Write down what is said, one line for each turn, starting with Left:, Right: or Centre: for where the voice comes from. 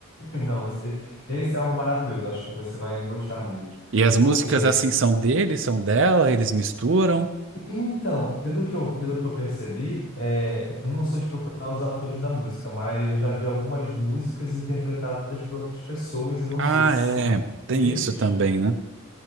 Left: <laughs> Não, esse, esse é um álbum maravilhoso. Eu Acho que você vai gostar muito.
Right: E as
Left: Porque,
Right: músicas, assim, são dele, são dela, eles misturam.
Left: então, pelo que eu, pelo que eu percebi, é, eu não sou de procurar os autores da música, mas eu já vi algumas músicas interpretadas por outras pessoas. Eu não
Right: Ah,
Left: sei se
Right: é.
Left: são de-
Right: Tem
Left: deles
Right: isso também, né?